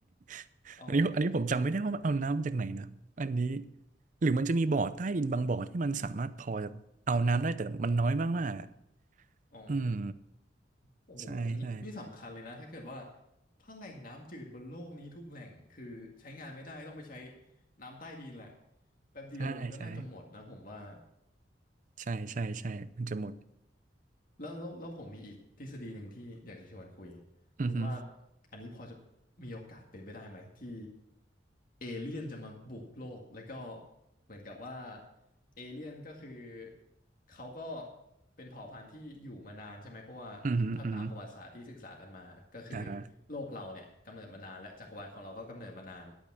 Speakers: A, on the right; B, on the left.
A: <laughs>
B: อ๋อ
A: อันนี้อันนี้ผมจำไม่ได้ว่ามันเอาน้ำจากไหนนะอันนี้หรือมันจะมีบ่อใต้ดินบางบ่อที่มันสามารถพอจะเอาน้ำได้แต่มันน้อยมากๆอะ
B: อ๋อ
A: อืม
B: โอ้โหนี่นี่สำคัญเลยนะถ้าเกิดว่า
A: ใช่ใช่
B: ถ้าแหล่งน้ำจืดบนโลกนี้ทุกแหล่งคือใช้งานไม่ได้ต้องไปใช้น้ำใต้ดินแหละแป๊บเดียวมันก็น่าจะหมดนะผมว่า
A: ใช่ใช่ใช่ใช่ใช่มันจะหมด
B: แล้วแล้วแล้วผมมีอีกทฤษฎีหนึ่งที่อยากจะชวนคุย
A: อือฮึ
B: คุณว่าอันนี้พอจะมีโอกาสเป็นไปได้ไหมที่เอเลี่ยนจะมาบุกโลกแล้วก็เหมือนกับว่าเอเลี่ยนก็คือเขาก็เป็นเผ่าพันธุ์ที่อยู่มานานใช่ไหมเพราะว่าถ้าตามประวัติศาสตร์ที่ศึกษากันมาก็คือ
A: อือฮึอือฮึอ่าฮะ
B: โลกเราเนี่ยกำเนิดมานานและจักรวาลของเราก็กำเนิดมานาน